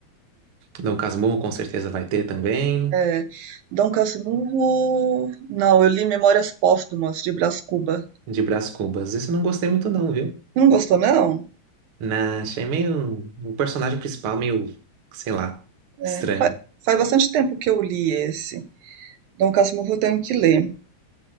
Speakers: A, on the right; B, on the right.
A: Dom Casmurro com certeza vai ter também,
B: É. Dom Casmurro. Não, eu li Memórias Póstumas de Brás Cuba.
A: de Brás Cubas. Isso eu não gostei muito não, viu?
B: Não gostou, não?
A: Na, achei meio o personagem principal meio, sei lá,
B: É.
A: estranho.
B: Fa- Faz bastante tempo que eu li esse. Dom Casmurro eu tenho que ler.